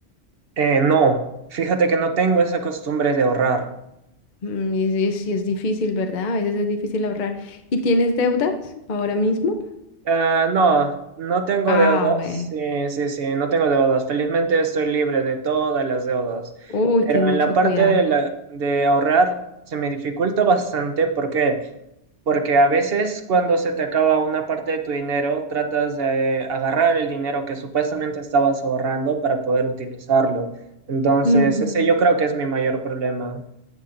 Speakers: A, on the right; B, on the left.
A: Eh, no, fíjate que no tengo esa costumbre de ahorrar.
B: Mm, Y y si es, es difícil, ¿verdad? A veces es difícil ahorrar. ¿Y tienes deudas ahora mismo?
A: Eh, no, no tengo
B: Ah,
A: deudas.
B: bueno.
A: Sí, sí, sí, no tengo deudas. Felizmente estoy libre de todas las deudas.
B: Uy,
A: Pero
B: ten mucho
A: en la parte
B: cuidado.
A: de la, de ahorrar se me dificulta bastante. ¿Por qué? Porque a veces cuando se te acaba una parte de tu dinero, tratas de eh, agarrar el dinero que supuestamente estabas ahorrando para poder utilizarlo. Entonces,
B: Ujú.
A: ese yo creo que es mi mayor problema.